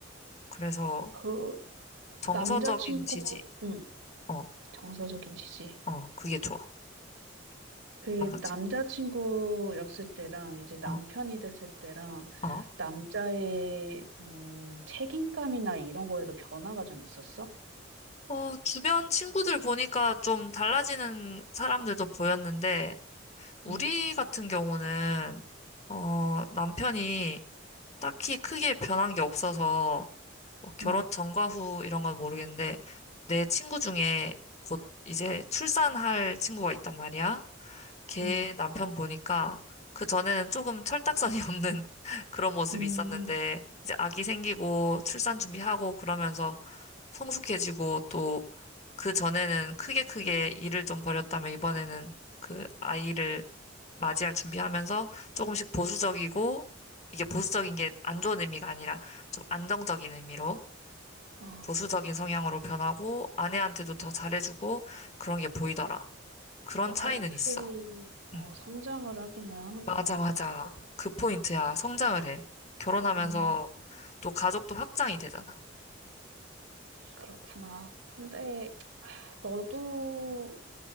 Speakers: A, on the left (about 35°); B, on the right (about 75°).
A: 그래서
B: 그
A: 정서적인
B: 남자친구,
A: 지지.
B: 음,
A: 어,
B: 정서적인 지지.
A: 어, 그게 좋아.
B: 그
A: 남자친구.
B: 남자친구였을 때랑 이제 남편이
A: 어,
B: 됐을 때랑
A: 어.
B: 남자의 음, 책임감이나 이런 거에도 변화가 좀 있었어?
A: 어, 주변 친구들 보니까 좀 달라지는 사람들도 보였는데, 우리
B: 음,
A: 같은 경우는, 어, 남편이 딱히 크게 변한 게 없어서, 뭐 결혼
B: 음,
A: 전과 후 이런 건 모르겠는데, 내 친구 중에 곧 이제 출산할 친구가 있단 말이야. 걔
B: 음,
A: 남편 보니까 그 전에는 조금 철딱선이 <laughs> 없는 그런 모습이
B: 음.
A: 있었는데 이제 아기 생기고 출산 준비하고 그러면서 성숙해지고 또 그 전에는 크게 크게 일을 좀 벌였다면 이번에는 그 아이를 맞이할 준비하면서 조금씩 보수적이고 이게 보수적인 게 안 좋은 의미가 아니라 좀 안정적인 의미로
B: 어,
A: 보수적인 성향으로 변하고 아내한테도 더 잘해주고 그런 게 보이더라. 그런
B: 이거 확실히
A: 차이는 있어.
B: 어,
A: 음.
B: 성장을 하기는 하는구나,
A: 맞아, 맞아.
B: 남자들이.
A: 그 포인트야. 성장을 해. 결혼하면서
B: 음,
A: 또 가족도 확장이 되잖아.
B: 그렇구나. 근데 하, 너도